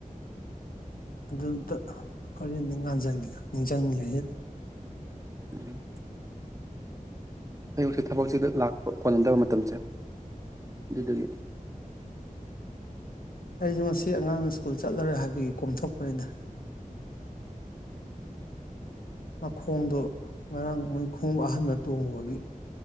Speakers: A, on the left; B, on the right.
A: ꯑꯗꯨꯗ ꯍꯣꯔꯦꯟ ꯅꯤꯡ ꯉꯥꯟꯉ ꯅꯤꯡꯁꯤꯡꯉꯤ
B: ꯎꯝ ꯑꯌꯨꯁꯦ ꯊꯕꯛꯁꯤꯗ ꯂꯥꯛꯄ ꯀꯣꯜꯂꯝꯟꯗꯕ ꯃꯇꯝꯁꯦ ꯑꯗꯨꯗꯒꯤ
A: ꯑꯩꯁꯨ ꯉꯁꯤ ꯑꯉꯥꯡ ꯁ꯭ꯀꯨꯜ ꯆꯠꯂꯔꯣꯏ ꯍꯥꯏꯕꯒꯤ ꯀꯣꯝꯊꯣꯛꯄꯅꯤꯗ ꯃꯈꯣꯡꯗꯣ ꯉꯔꯥꯡ ꯃꯣꯏ ꯈꯣꯡꯎꯞ ꯑꯍꯟꯕ ꯇꯣꯡꯉꯨꯕꯒꯤ